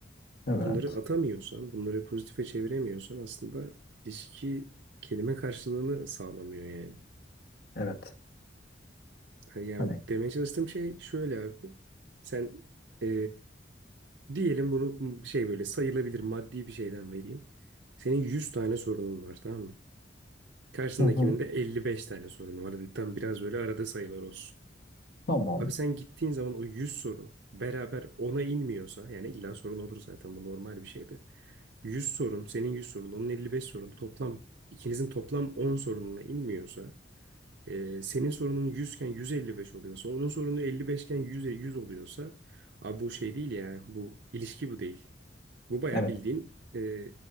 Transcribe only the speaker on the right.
Bunları atamıyorsan bunları pozitife çeviremiyorsan aslında ilişki kelime karşılığını sağlamıyor yani.
E, Yani
demeye çalıştığım şey şöyle abi. Sen e, diyelim bunu şey böyle sayılabilir maddi bir şeyden vereyim. Senin 100 tane sorunun var tamam mı? Karşındakinin
de 55 tane sorunu var. Hadi Tam biraz böyle arada sayılar olsun.
Abi sen gittiğin zaman o 100 sorun beraber ona inmiyorsa yani illa sorun olur zaten bu normal bir şey de. 100 sorun senin 100 sorun onun 55 sorunu toplam ikinizin toplam 10 sorununa inmiyorsa ee, senin sorunun 100 iken 155 oluyorsa, onun sorunu 55 iken 100'e 100 oluyorsa, abi bu şey değil ya, bu ilişki bu değil. Bu bayağı
bildiğin e,